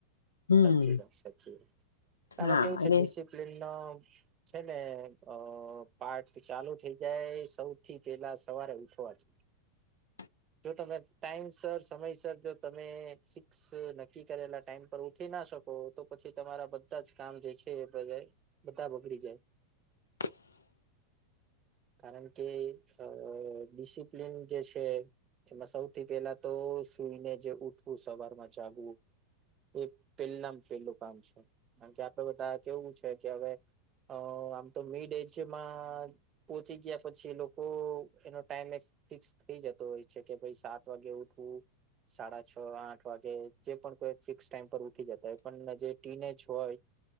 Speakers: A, on the left; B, on the right.
A: હમ
B: સાચી વાત સાચી વાત આમાં
A: હા
B: કેવું છે
A: અને
B: ડિસિપ્લીન છે ને અ પા્ટ ચાલુ થઈ જાય સૌથી પેલા સવારે ઊઠી <unintelligible>
A: <inaudible>
B: જો તમે ટાઈમ સર સમયસ જો તમે ફિક્સ નક્કી કરેલા ટાઈમ પર ઉઠીને શકો તો પછી તમારા બધા જ કામ જે છે બધા બગડી જાય.
A: <inaudible>
B: કારણ કે આ ડિસિપ્લન જે છે એમાં સૌથી પેલા તો સુઈને જે ઉઠવું સવારમાં જાગવું એ પેલામ પેલું કામ છે કારણ કે આપડે બધા કેવું છે કે હવે અ આમ તો મિડ એજમાં પોચી ગયા પછી લોકો એનો ટાઈમ એક ફિક્સ થઈ જતો હોય છે કે ભાઈ સાત વાગે ઉઠવું સાડા છ આઠ વાગે જે પણ કોઈ ફિક્સ ટાઈમ પર ઉઠી જતા હોય પણ જે ટીનેજ હોય